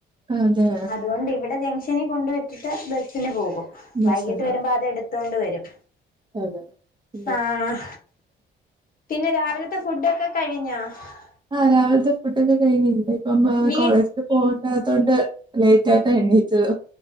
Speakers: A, on the right (about 25°); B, on the left (about 45°).
A: അതെ
B: അതുകൊണ്ട് ഇവിടെ ജ ഗ്ഷനി കൊണ്ടുവച്ചിട്ട് ബസ്സിന് പോകും
A: ബസ്സിലോ
B: വൈകിട്ട് വരുമ്പോ അത എടു കൊണ്ട വരും
A: അതെ ഉം.
B: ആഹ് പിന്നെ രാവിലത്തെ ഫുഡൊക്കെ കഴി ഞാ <unintelligible>
A: ആ രാവിലത്തെ ഫുട്ടോക്കെ കഴിഞ്നി ഇപ്പം
B: വീ
A: കോളേജില് പോകണ്ടതൊണ്ട് ലേറ്റ് ആയിട്ടാ എണിറ്റത്